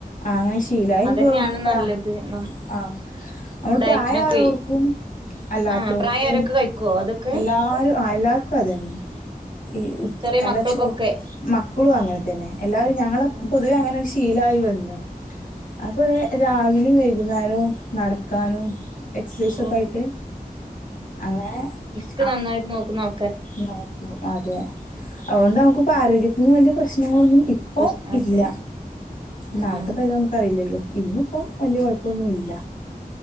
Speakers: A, on the left; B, on the right.
A: ആഹ് അങ്ങനെ ശീലായി അഹ് ഇഞ്ഞ്
B: അതന്നെയാണ്
A: ഇപ്പോ പ്ര
B: നല്ലത് നം
A: ആഹ് നമ്മൾ
B: ഡയറ്റിനൊക്കെ
A: പ്രായ ആയോർക്കും അല്ലാത്തോർക്കും
B: ആഹ് പ്രായായോരൊക്കെ കഴിക്കുവോ അതൊക്കെ
A: എല്ലാരും ആഹ് എല്ലാർക്കും അതെന്നെ ഈ വ്
B: ചെറിയ
A: അല്ല
B: മക്കൾക്കൊക്കെ
A: ച്ചോ മക്കളും അങ്ങനെ തന്നെ എല്ലാരും ഞങ്ങളെ
B: ആഹ്
A: പൊതുവെ അങ്ങനെ ഒര് ശീലായി വന്നു. അപ്പ ഒര് രാവിലിം വൈകുന്നേരും നട്ക്കാനും എക്സൈസൊക്കെ
B: ഓ
A: ആയിട്ട് അങ്ങനെ
B: ട്ട് നന്നായിട്ട്
A: ആ
B: നോക്കുന്ന ആൾ
A: നോക്കും അതെ അയോണ്ട് നമുക്ക് ഇപ്പം ആരോഗ്യത്തിന് വല്യ പ്രശ്നങ്ങളൊന്നും ഇപ്പം
B: പ്രശ്ന അതെ
A: ഇല്ല.
B: ആ
A: നാളത്തെ
B: ആ
A: കാര്യം നമുക്ക് അറിയില്ലല്ലോ ഇന്ന് ഇപ്പം വല്യ കൊഴപ്പൊന്നും ഇല്ല